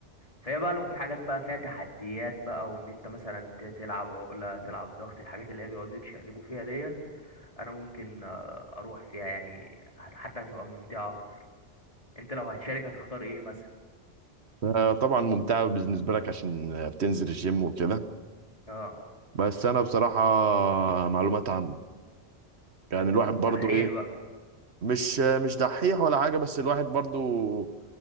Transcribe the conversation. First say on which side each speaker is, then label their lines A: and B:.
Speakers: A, on the left (about 35°); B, on the right (about 80°).
A: فهي بقى لو في حاجات بقى فيها تحديات بقى وان انت مثلا ت- تلعب عقلة تلعب ضغط الحاجات اللي هي بيقعدوا يتشقلبوا فيها ديت انا ممكن آه، اروح فيها يعني هت- حتى هتبقى ممتعة اكتر انت لو هتشارك هتختار ايه مثلا
B: آه، طبعا ممتعة بالنسبة لك عشان آه، بتنزل الجيم وكده
A: اه
B: بس أنا بصراحة معلومات عامة
A: ده
B: يعني
A: انت
B: الواحد
A: كنت
B: برضو
A: دحيح
B: إيه،
A: بقى
B: مش مش دحيح ولا حاجة بس الواحد برضو